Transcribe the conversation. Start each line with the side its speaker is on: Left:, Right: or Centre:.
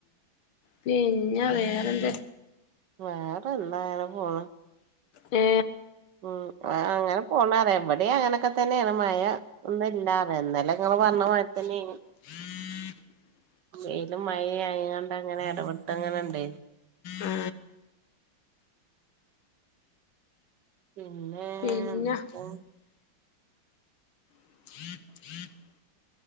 Left: പിന്നെ വേറെന്താ
Right: വേറെ എന്താ അങ്ങനെ പോണ്
Left: ഏ
Right: ഉം അങ്ങനെ പോണു പറയാ. ഇവിടീം അങ്ങനെയൊക്കെ തന്നെയാണ് മഴ ഒന്നും ഇല്ലാന്ന് പറയാ. ഇന്നലെ ഇങ്ങള് പറഞ്ഞ മാരി തന്നെയ് നി
Left: <inaudible>
Right: വെയിലും മഴയും ആയിങ്ങാണ്ട് അങ്ങനെ ഇടവിട്ടങ്ങനെ ഉണ്ടയ് നി
Left: ആ
Right: പിന്നെ
Left: പിന്നെ
Right: എന്തൊക്കെ
Left: <inaudible>